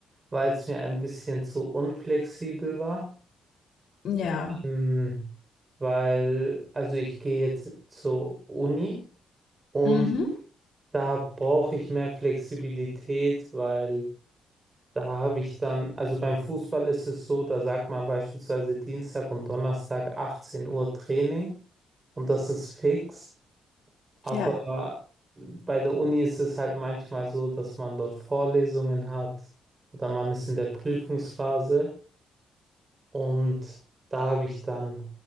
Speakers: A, on the right (about 30°); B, on the left (about 60°).
A: weil es mir ein bisschen zu unflexibel war.
B: Ja.
A: Ähm, weil, also ich gehe jetzt zur Uni und
B: Mhm.
A: da brauche ich mehr Flexibilität, weil da habe ich dann, also beim Fußball ist es so, da sagt man beispielsweise Dienstag und Donnerstag 18 Uhr Training und das ist fix. Aber
B: Ja,
A: bei der Uni ist es halt manchmal so, dass man dort Vorlesungen hat oder man ist in der Prüfungsphase und da habe ich dann